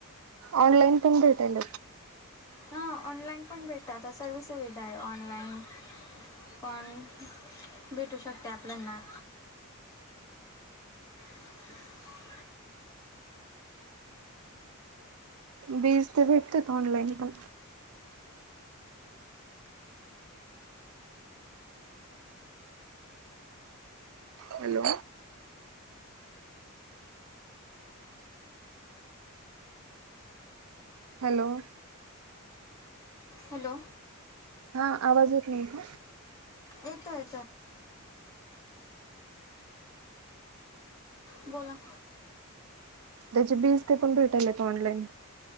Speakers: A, on the right; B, on the left.
A: ऑनलाईन पण भेटयल.
B: हा ऑनलाईन पण भेटत आता सर्व सुविधा आहे ऑनलाईन. पण, भेटू शकते आपल्याना. <unintelligible>
A: बीज ते भेटते का ऑनलाईन पण. Hello hello.
B: हॅलो.
A: हा आवाज येत नाही का?
B: येतोय येतोय. बोला.
A: त्याची बीज ते पण भेटायलेत ऑनलाईन.